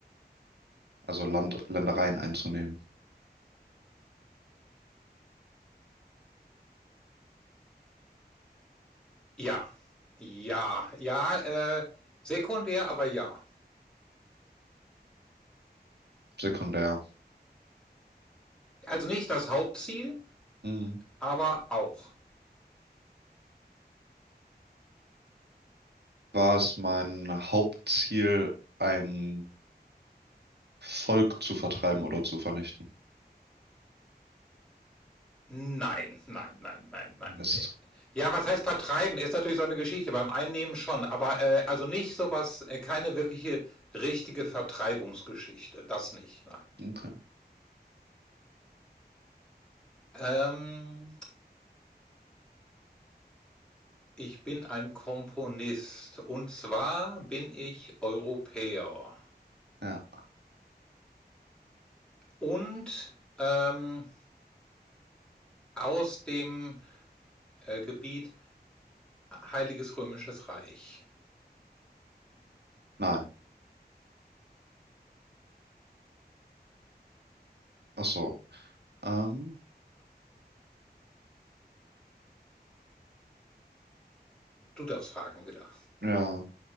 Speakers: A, on the right (about 75°); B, in the centre.
A: Also Land, Ländereien einzunehmen.
B: Ja, ja, ja, äh, sekundär, aber ja.
A: Sekundär.
B: Also nicht das Hauptziel,
A: Hm.
B: aber auch.
A: War es mein Hauptziel, ein Volk zu vertreiben oder zu vernichten?
B: Nein, nein, nein, nein, nein.
A: Mist.
B: Äh, Ja, was heißt vertreiben? Ist natürlich so eine Geschichte, beim Einnehmen schon, aber äh, also nicht sowas, äh, keine wirkliche richtige Vertreibungsgeschichte, das nicht, nein.
A: Okay.
B: Ähm, ich bin ein Komponist und zwar bin ich Europäer
A: Ja.
B: und ähm, aus dem äh, Gebiet Heiliges Römisches Reich.
A: Nein. Ach so. Ähm,
B: Du darfst fragen wieder.
A: ja.